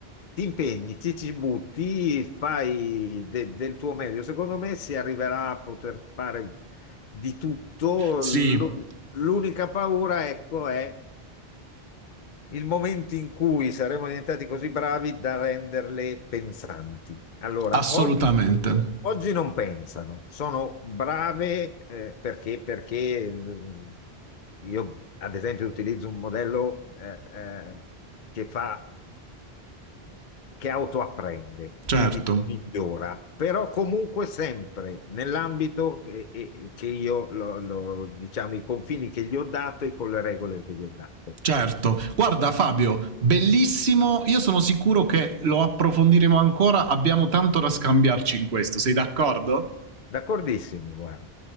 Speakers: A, on the left; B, on the right.
A: ti impegni, ci, ci butti, fai de- del tuo meglio. Secondo me si arriverà a poter fare di tutto.
B: Sì.
A: L'u- L'unica paura, ecco, è il momento in cui saremo diventati così bravi da renderle pensanti. Allora,
B: Assolutamente.
A: oggi, oggi non pensano, sono brave eh, perché, perché eh, io, ad esempio, utilizzo un modello eh, eh, che fa, che autoapprende,
B: Certo.
A: quindi migliora, però comunque sempre nell'ambito eh, eh, che io, lo- lo- diciamo, i confini che gli ho dato e con le regole che gli ho dato.
B: Certo, guarda Fabio, bellissimo, io sono sicuro che lo approfondiremo ancora, abbiamo tanto da scambiarci in questo, sei d'accordo?
A: D'accordissimo, guarda.